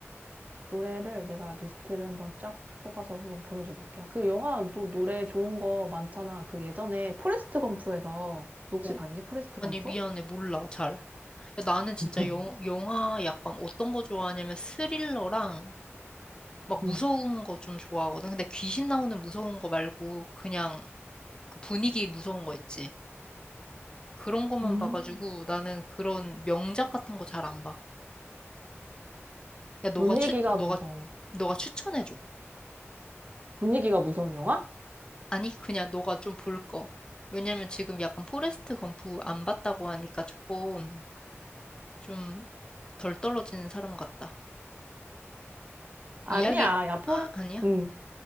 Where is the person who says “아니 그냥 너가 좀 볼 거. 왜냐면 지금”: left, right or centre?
Left